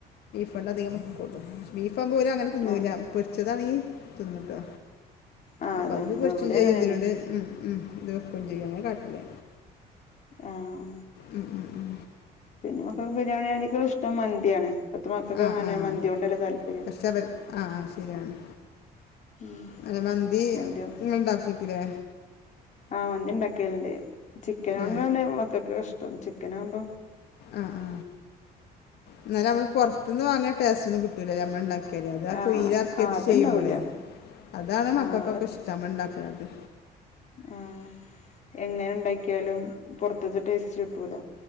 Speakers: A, on the left (about 70°); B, on the left (about 45°).
A: ബട അധികം വക്കോള്ളു ബീഫ് ആ കുമ്പോ ഓലങ്ങനെ തിന്നൂല്ല
B: ആഹ്
A: പൊരിച്ചതാണെങ്കി തിന്നുട്ടോ
B: ആഹ്
A: അപ്പൊ
B: അതാണ്
A: അത് പൊരിച്ചും
B: ഇവിടേം
A: ചെയ്യും
B: അങ്ങനെന്നെ
A: ഇതിലൂടെ ഉ ഉ ഇത് വെക്കും ചെയ്യുംങ്ങനെ കാട്ടല്
B: ആഹ് ആ
A: ഉം ഉം ഉം
B: പിന്നെ മക്കക്ക് ബിരിയാണി നേക്കളും ഇഷ്ടം മന്തിയാണ് ഇപ്പത്തെ മക്കക്ക്
A: ആഹ്
B: അങ്ങനെ
A: ആഹ്
B: മന്തിയോണ്ടല്ലേ താല്പര്യം
A: പക്ഷെ ഇപ ആഹ് ശരിയാണ്
B: ഉം
A: അതെ മന്തി
B: മന്തിയാവും
A: ങ്ങള് ണ്ടാക്കി വക്കു ലെ
B: ആഹ് മന്തി ഉണ്ടാക്കല്ണ്ട് ചിക്കന് കൊണ്ടാണ്
A: ആ
B: മക്കക് ഇഷ്ടം ചിക്കനകുമ്പോ
A: ആ ഹ്ആ എന്നാലും നമ്മൾ പുറത്തുന്ന് വാങ്ങിയ ടേസ്റ്റന്നും കിട്ടൂല്ലല്ലേ നമ്മൾ ഉണ്ടാക്കിയ. ക്കല്ലേ അത് ആ
B: ആഹ്
A: കുയിലറക്കി
B: ആഹ്
A: വച്ച്
B: അത്ണ്ടാവൂല
A: ചെയ്യുമ്പോളേ അതാണ് മക്കൾക്കൊക്കെ
B: ആഹ്
A: ഇഷ്ടമുണ്ടാക്കണത്
B: ആ എങ്ങനെ ഉണ്ടാക്കിയാലും പുറത്ത്തെ ടേസ്റ്റ് കിട്ടൂല.